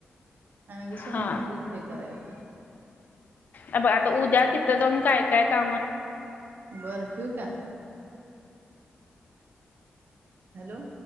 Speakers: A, on the right; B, on the left.
A: आणि म्हणजे सोमवारी
B: हा
A: हे कराय येतय.
B: अब आता उद्या तिथं जाऊन काय, काय काम, ऽ
A: बरं ठीवका, हॅलो.